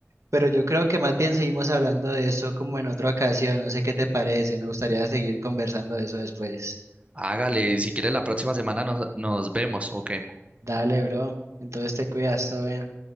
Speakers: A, on the right; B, on the right.
A: Pero yo creo que más bien seguimos hablando de eso como en otra ocasión. No sé qué te parece. Me gustaría seguir conversando de eso después.
B: Hágale, si quiere la próxima semana nos, nos vemos, ¿ok?
A: Dale, bro. Entonces te cuidas, todo bien.